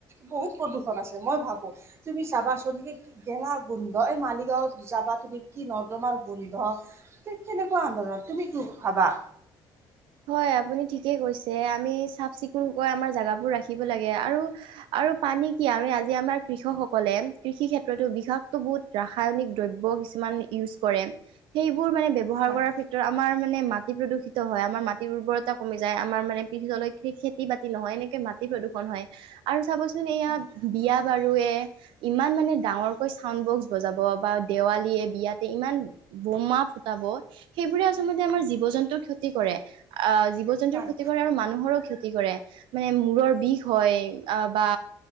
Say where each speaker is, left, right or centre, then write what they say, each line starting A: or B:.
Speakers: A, on the right; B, on the right.
A: বহুত প্ৰদূষণ সুখত আছে মই ভাবো, তুমি চাবাচোন সেই গেলা গোন্ধ এই মালিগাঁৱত যাবা তুমি কি নৰ্দমাৰ গোন্ধ, কে কেনেকুৱা আন্দোলন। তুমি কি ভাবা?
B: হয়, আপুনি ঠিকে কৈছে, আমি চাফ চিকুণকৈ আমাৰ জাগাবোৰ ৰাখিব লাগে আৰু আৰু পানী কি আমি আজি আমাৰ কৃষকসকলে, কৃষি ক্ষে প্ৰদু বিষাক্ত বহুত ৰাায়নিক দ্ৰব্য কিছুমান ইয়ুজ কৰে, সেই বোৰ মানে ব্যৱহাৰ
A: হয়
B: কৰাৰ ক্ষেত্ৰত আমাৰ মানে মাটি প্ৰদূষিত হয় আমাৰ মা মাটিৰ উৰ্বৰতা কমি যায় আমাৰ মানে <unintelligible> খেতি বাতি নহয় এনেকে মাটি প্ৰদূষণ হয় আৰু চাবচোন এয়া
A: হয়
B: বিয়া বাৰুয়ে, ইমান মানে ডাঙৰকৈ চাউড বক্স বজাব বা দেৱালী তে বিয়াতে ইমান বোমা ফুটাব সেইবোৰে আচলতে আমাৰ জীৱ-জন্তুৰ ক্ষতি কৰে। আহ জীৱ-জন্তুৰ
A: হয়
B: ক্ষতি কৰে আৰু মানুহৰো ক্ষতি কৰে, মানে মূৰৰ বিষ হয় আহ বা